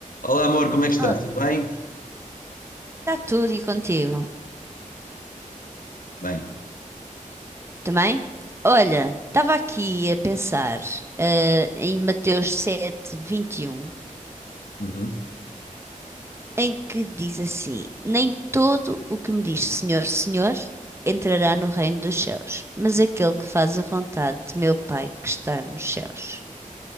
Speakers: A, on the left (about 80°); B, on the right (about 20°).
A: Olá, amor, como é que está?
B: Está
A: Tudo bem?
B: tudo e contigo
A: Bem.
B: também? Olha, estava aqui a pensar ah, em Mateus sete vinte e um
A: Uhum.
B: em que diz assim: Nem todo o que me diz Senhor, Senhor entrará no reino dos céus, mas aquele que faz a vontade de meu Pai que está nos céus.